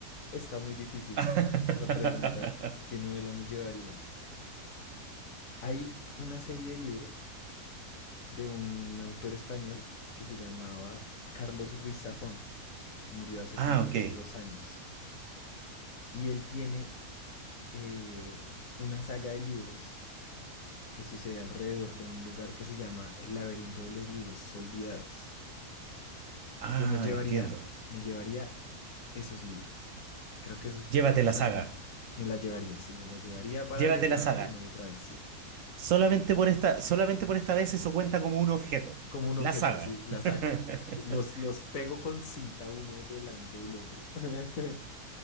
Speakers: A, on the left; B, on the right.
A: Está muy difícil
B: <laughs>
A: esa pregunta. ¿Qué novela me llevaría? Hay una serie de libros de un autor español que se llamaba Carlos Ruiz Zafón, que murió hace
B: Ah,
A: como unos
B: ok.
A: dos años. Y él tiene eh, una saga de libros que sucede alrededor de un lugar que se llama El laberinto de los libros olvidados.
B: Ah,
A: Yo me llevaría,
B: entiendo.
A: me llevaría esos libros. Creo que esos,
B: Llévate
A: creo que
B: la
A: son,
B: saga.
A: me las llevaría, sí, me las llevaría para
B: Llévate
A: leerla
B: la saga.
A: una y otra vez, sí.
B: Solamente por esta, solamente por esta vez eso cuenta como un objeto.
A: Como un
B: La
A: objeto,
B: saga.
A: sí, la
B: <laughs>
A: saga. Sí, los, los pego con cinta uno delante del otro. <laughs>